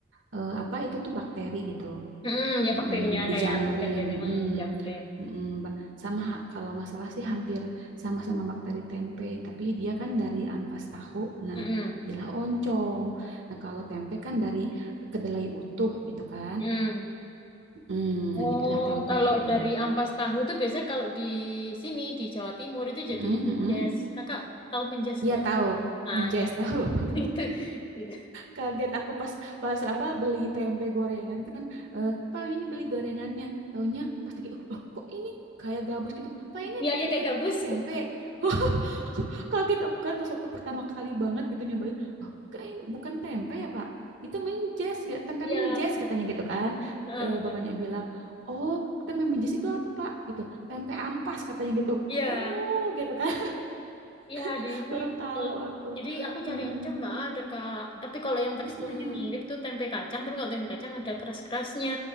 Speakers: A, on the right; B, on the left.
A: eh, apa itu tuh bakteri gitu.
B: Mm-mm, ya
A: Mm-mm,
B: bakterinya
A: dijamurin.
B: kayak tempe-tempe. Mm-mm,
A: Mm-mm,
B: tempe.
A: mm-mm, ba- sama ha- kalau nggak salah sih hampir sama-sama bakteri tempe, tapi dia kan dari ampas tahu. Nah,
B: Mm-mm,
A: jadilah oncom. Nah, kalau tempe kan dari kedelai utuh gitu kan.
B: mm-mm.
A: Mm, nah
B: Oh,
A: jadilah tempe
B: kalau
A: gitu.
B: dari ampas tahu itu biasanya kalau di sini di Jawa Timur itu jadi
A: Mm-mm,
B: menjes.
A: mm-mm.
B: Kakak tahu menjes
A: Iya
B: nggak?
A: tahu,
B: Nah,
A: menjes
B: ya
A: tahu. <laughs>
B: <laughs> itu, gitu.
A: kaget aku pas pas apa beli tempe gorengan kan eh Pak ini beli gorengannya taunya pas dikit "Oh, loh kok ini kayak gabus gitu Pak ini
B: Iya, iya
A: bukannya
B: kayak gabus.
A: tempe <laughs> kaget aku kan pas waktu pertama kali banget gitu nyobain oh enggak ini bukan tempe ya Pak itu menjes ya tempe
B: Iya,
A: menjes katanya gitu kan
B: Heeh,
A: Eh
B: heeh.
A: bapaknya bilang oh tempe menjes itu apa Pak gitu tempe ampas katanya gitu
B: iya,
A: oh gitu kan
B: iya
A: <laughs>
B: di sini.
A: baru tahu
B: eh,
A: aku
B: jadi aku
A: Heeh.
B: cari oncom nggak ada Kak. Tapi kalau yang teksturnya
A: Mm-mm.
B: mirip tuh tempe kacang. Tapi kalau tempe kacang ada keras-kerasnya.